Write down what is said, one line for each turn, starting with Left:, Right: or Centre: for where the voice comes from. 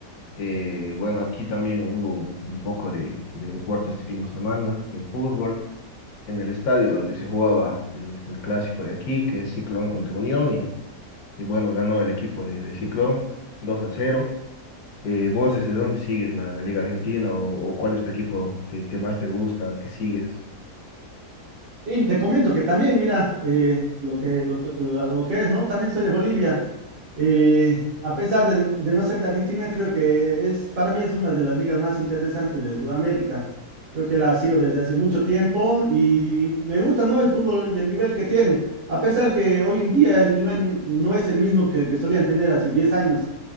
Left: Eh, bueno, aquí también hubo un un poco de, de deporte este fin de semana, de fútbol, en el estadio donde se jugaba el, el clásico de aquí, que es Ciclón contra Unión, y, y bueno, ganó el equipo de, de Ciclón 2 a cero Eh, ¿vos desde dónde sigues la, la Liga Argentina o, o cuál es tu equipo que, que más te gusta, que sigues?
Right: Y te comento que también, mira, eh, lo que, lo, que la- lo que es, ¿no? También soy de Bolivia. Eh, a pesar de, de no ser de Argentina, creo que es, para mí es una de las ligas más interesantes de Sudamérica. Creo que la sigo desde hace mucho tiempo y me gusta, ¿no? El fútbol y el nivel que tienen. A pesar que hoy en día el nivel no es el mismo que el que solían tener hace 10 años.